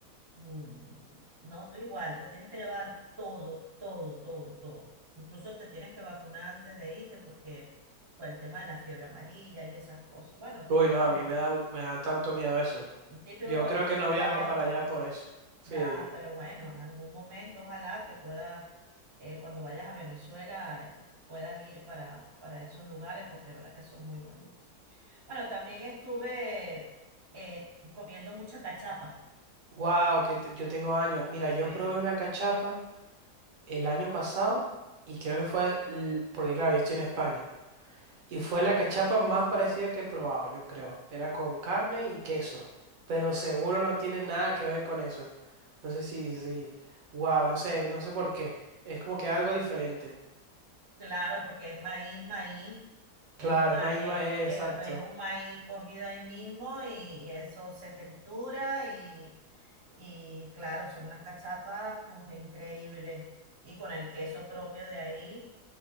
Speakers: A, on the right; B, on the right.
A: mm, no, tú igual, te tienes que llevar todo, todo, todo, todo. Incluso te tienes que vacunar antes de irte porque por el tema de la fiebre amarilla y esas cosas. Bueno, típico
B: Uy, no,
A: cuando,
B: a mí me da, me da tanto miedo eso.
A: típico
B: Yo
A: cuando
B: creo que
A: uno
B: no
A: está
B: viajo
A: viajando,
B: para allá por eso. Sí.
A: ya, pero bueno, en algún momento ojalá que puedas, eh, cuando vayas a Venezuela, eh, puedas ir para, para esos lugares porque de verdad que son muy bonitos. Bueno, también estuve eh, comiendo mucha cachapa.
B: Wow, que te- yo tengo años. Mira,
A: Sí,
B: yo probé una cachapa el año pasado y creo que fue... l- Porque claro, yo estoy en España. Y fue
A: claro.
B: la cachapa más parecida que he probado, yo creo. Era con carne y queso, pero seguro no tiene nada que ver con eso. No sé si, si, wow, no sé, no sé por qué. Es como que algo diferente.
A: Claro, porque es maíz, maíz, es
B: Claro,
A: un, ma-
B: es maíz,
A: eh,
B: ma- eh,
A: eh,
B: exacto.
A: eh, es un maíz cogido ahí mismo y, eso se tritura y, y claro, son unas cachapas pues increíbles. Y con el queso propio de ahí.